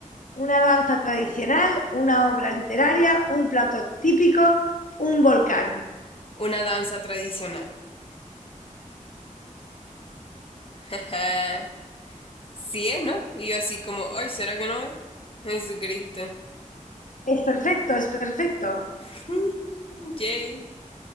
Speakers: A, on the left (about 70°); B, on the left (about 40°).
A: una danza tradicional, una obra literaria, un plato típico, un volcán.
B: una danza tradicional. <laughs> Sí es, ¿no? Y yo así como, ay, ¿será que no es? Jesucristo.
A: Es perfecto, es perfecto.
B: <laughs> Yay.